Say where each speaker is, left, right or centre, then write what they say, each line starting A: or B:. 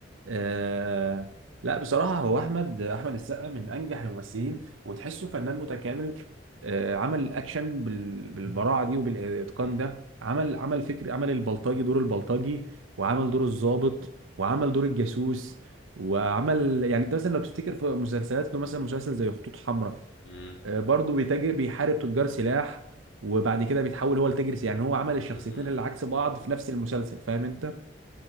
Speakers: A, on the right; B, on the left.
A: آه... لا بصراحه هو احمد احمد السقا من انجح الممثلين وتحسه فنان متكامل آه... عمل الاكشن بال... بالبراعه دي وبالاتقان
B: م- م-
A: ده عمل عمل فكر عمل البلطجي دور البلطجي وعمل دور الضابط وعمل دور الجاسوس وعمل يعني انت مثلا لو تفتكر في مسلسلات له مثلا مسلسل زي خطوط حمراء
B: م-
A: آه، برضه بيتاجر بيحارب تجار سلاح وبعد كده بيتحول هو لتاجر سلاح. يعني هو عمل الشخصيتين
B: م-
A: اللي عكس بعض في نفس المسلسل فاهم انت